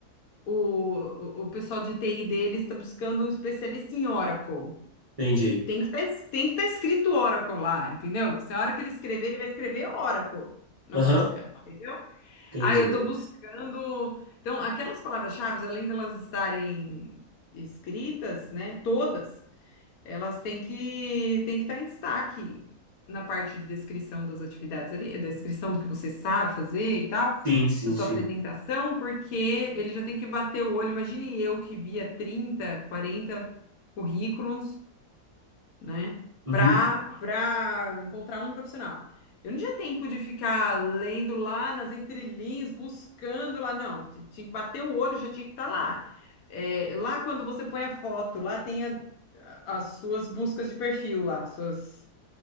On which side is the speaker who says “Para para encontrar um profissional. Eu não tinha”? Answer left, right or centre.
Left